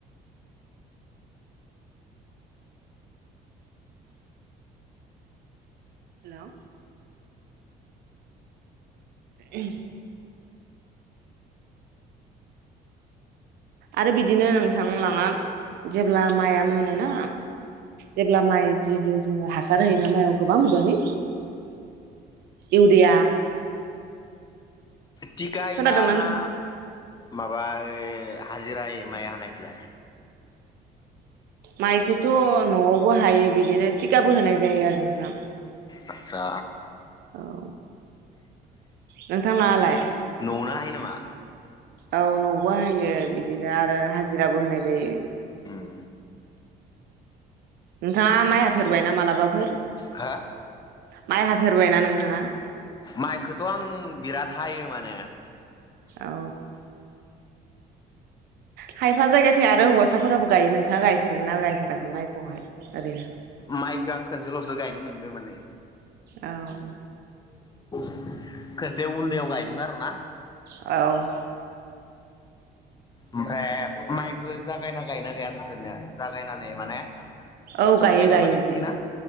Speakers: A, on the right; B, on the left.
A: हेलौ ओम आरो बिदिनो नोंथांलाङा जेब्ला माइआ मोनोना जेब्ला माइ ज जोङो हासार होयोना माइयाव गोबां बिबांनि इउरिया
B: टिखा होयोना
A: खोनादोंना
B: ना
A: नोंथां?
B: माबा ओ हाजिरा होयो माइ हानायखौलाय?
A: माइखौथ' न'आवबो हायो बिदिनो थिखाबो होनाय जायो आरो नोंथां।
B: आदसा
A: औ नोंथां लाङालाय?
B: न'आवनो हायो नामा?
A: औ न'आवबो हायो बिदिनो आरो हाजिराबो होनाय जायो।
B: उम
A: नोंथाङा माइ हाफेरबायना मालाबाफोर?
B: हो?
A: माइ हाफेरबायना नोंथाङा?
B: माइखौथ' आं बिराद हायो माने
A: औ खायफा जायगाथिं आरो हौवासाफोराबो गायो नोंथाङा गायफेरगोन ना गायफेराखै माइखौहाय ओरैनो?
B: माइखौ आं खनसेल'सो गायनो मोनदों माने
A: औ
B: <inaudible> खनसे उन्दैयाव गायदोंमोन आरो ना।
A: औ
B: ओमफ्राय माइ जागायना गायना गाया नोंसोरनिया जागायनानै माने
A: औ
B: जागायनाय
A: गायो गायो
B: माने मिथिगोना
A: जि